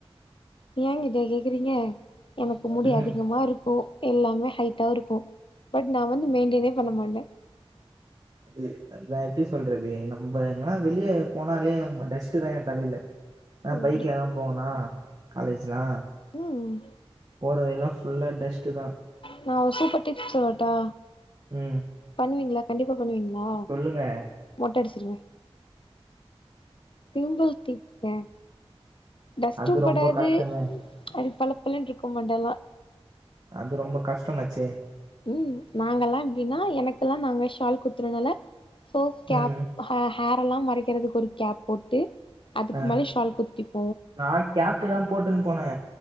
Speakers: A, on the left (about 55°); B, on the right (about 40°).
A: ஏங்கிட்டயா கேக்குறீங்க எனக்கு முடி
B: ம்
A: அதிகமா இருக்கு எல்லாமே ஹைட்டா இருக்கு பட் நா வந்து மெயின்டெய்னே பண்ண மாட்டே
B: அது அதா எப்டி சொல்றது நம்ப எங்கனா வெளியே போனாலே டஸ்ட் தா என் தலையில நா
A: ஓ
B: பைக்லலா
A: அப்டி
B: போவேனா காலேஜ்லா
A: ம்
B: போறவழில்லா ஃபுல்லா டஸ்ட் தா
A: நா ஒரு சூப்பர் டிப்ஸ் சொல்லட்டா
B: ம்
A: பண்ணுவீங்களா கண்டிப்பா பண்ணுவீங்களா
B: சொல்லுங்க
A: மொட்ட அடிச்சிருங்க சிம்பிள் டிப்புங்க டஸ்ட்டும்
B: அது ரொம்ப
A: படாது
B: கஷ்டமே
A: அப்டி பலப்பலன்னு இருக்கு மண்டெல்லா
B: அது ரொம்ப கஷ்டோமாச்சே
A: ம் நாங்கெல்லா எப்டின்னா எனக்குல்லா நாங்க ஷால் குத் குத்துறதுனால சோ கேப்
B: ம்
A: ஹே ஹேர் எல்லாம் மட் மறைக்கிறதுக்கு ஒரு கேப் போட்டு அதுக்கு
B: ஆ
A: மேல ஷால் குத்திப்
B: நா கேப்புதா போட்டுன்னு போனே